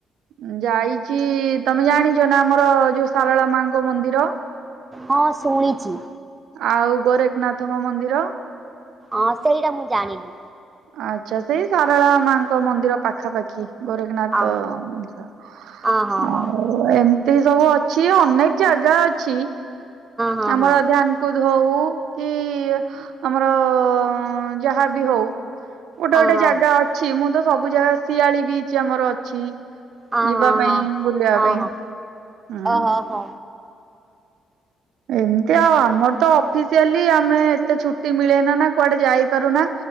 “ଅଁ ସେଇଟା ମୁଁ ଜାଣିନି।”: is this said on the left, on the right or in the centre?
Right